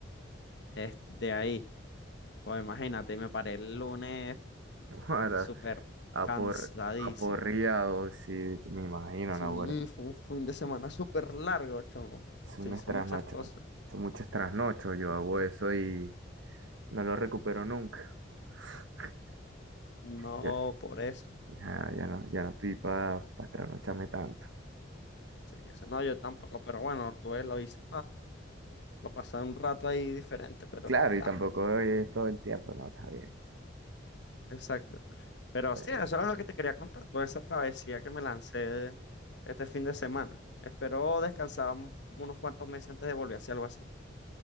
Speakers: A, on the left; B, on the right.
A: eh, de ahí. Pues imagínate, me paré el lunes
B: <laughs> Ahora,
A: súper
B: apor,
A: cansadísimo.
B: aporreado, sí, me imagino,
A: Sí,
B: Nahuara.
A: fue un fin de semana súper largo, chamo.
B: Es un
A: Sí, hice
B: trasnocho.
A: muchas cosas.
B: Es mucho trasnocho. Yo hago eso y no lo recupero nunca. <laughs>
A: No,
B: Ya,
A: por eso.
B: ya, ya no, ya no estoy para trasnocharme tanto.
A: Sí, eso no, yo tampoco, pero bueno, tuve lo hice. para pasar un rato ahí diferente, pero
B: Claro,
A: diablo,
B: y tampoco es todo el tiempo. No, está bien.
A: exacto. Pero
B: Pero
A: sí, eso era lo que te quería contar, toda esa travesía que me lancé este fin de semana. Espero descansar un- unos cuantos meses antes de volver a hacer algo así.